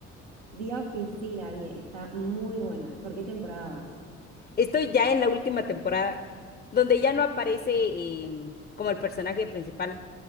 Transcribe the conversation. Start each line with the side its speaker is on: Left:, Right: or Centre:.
Right: The Office, sí, la vi, está muy buena. ¿Por qué temporada vas?
Left: Estoy ya en la última temporada, donde ya no aparece em, como el personaje principal.